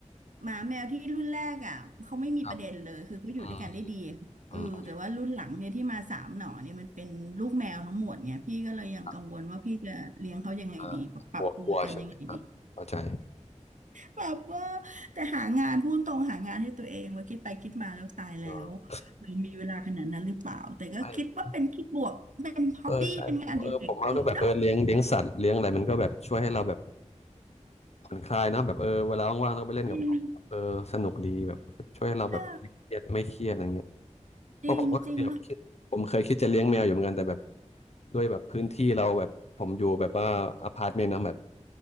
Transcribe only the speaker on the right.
หมาแมวที่รุ่นแรกอ่ะเขาไม่มีประเด็นเลยคือเขาอยู่ด้วยกันได้ดี
เออแต่ว่ารุ่นหลังเนี่ยที่มาสามหน่อเนี่ยมันเป็นลูกแมวทั้งหมดเนี่ยพี่ก็เลยยังกังวลว่าพี่จะเลี้ยงเขายังไงดีปรับปรับตัวกันยังไงดี
แบบว่าแต่หางานพูดตรงหางานให้ตัวเองว่าคิดไปคิดมาแล้วตายแล้ว
เรอมีเวลาขนาดนั้นหรือเปล่าแต่ก็คิดว่าเป็นคิดบวกเป็นฮ็อบบี้เป็นงานอดีเล็กไปเนาะ
อืมใช่
จริงจริง